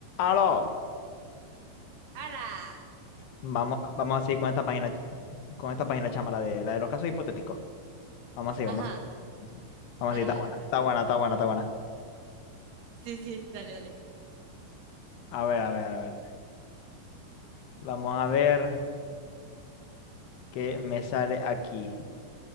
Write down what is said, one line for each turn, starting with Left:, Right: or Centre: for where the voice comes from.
Left: Aló,
Right: ¡Hala!
Left: vamos, vamos así con esta página, con esta página chama, la de, la de los casos hipotéticos. Vamos así,
Right: Ajá,
Left: vamos así. Vamos así, Vamos
Right: dale,
Left: así, está
Right: dale,
Left: buena,
Right: dale.
Left: está
Right: dale.
Left: buena, está buena, está buena.
Right: Sí, sí, dale, dale.
Left: A ver, a ver, a ver. Vamos a ver qué me sale aquí.